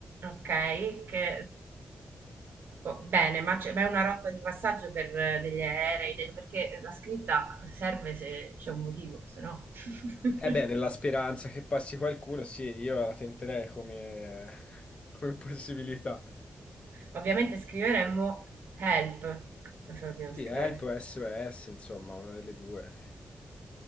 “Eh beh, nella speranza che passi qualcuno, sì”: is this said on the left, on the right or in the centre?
Left